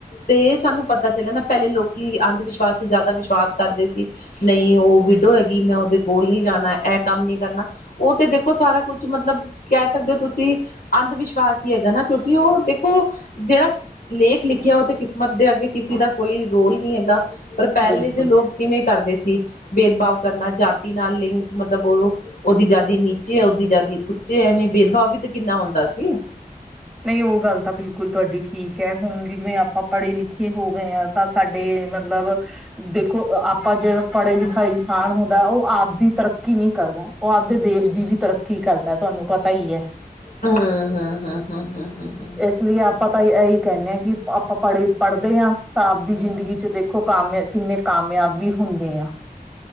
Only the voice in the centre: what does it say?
ਬਿਲਕੁਲ
ਨਹੀਂ ਉਹ ਗੱਲ ਤਾਂ ਬਿਲਕੁਲ ਤੁਹਾਡੀ ਠੀਕ ਹੈ ਹੁਣ ਜਿਵੇਂ ਆਪਾਂ ਪੜ੍ਹੇ ਲਿਖੇ ਹੋ ਗਏ ਹਾਂ। ਤਾਂ ਸਾਡੇ ਮਤਲਬ ਦੇਖੋ ਆਪਾਂ ਜੇਹੜਾ ਪੜ੍ਹੇ ਲਿਖਾ
ਇਨਸਾਨ ਹੁੰਦਾ ਉਹ ਆਪਦੀ ਤਰੱਕੀ ਨਹੀਂ ਕਰਦਾ ਉਹ ਆਪਦੇ ਦੇਸ਼ ਦੀ ਵੀ ਤਰੱਕੀ ਕਰਦਾ ਤੁਹਾਨੂੰ ਪਤਾ ਹੀ ਹੈ।
ਇਸ ਲਈ ਆਪਾਂ ਤਾਂ ਇਹੀ ਕਹਿੰਦੇ ਹਾਂ ਕਿ ਆਪਾਂ ਪੜ੍ਹੇ ਪੜ੍ਹਦੇ ਹਾਂ ਤਾਂ ਆਪਦੀ ਜ਼ਿੰਦਗੀ ਚ ਦੇਖ ਖੋ ਕਾਮਯਾਬ ਕਿੰਨੇ ਕਾਮਯਾਬ ਵੀ ਹੁੰਦੇ ਆ।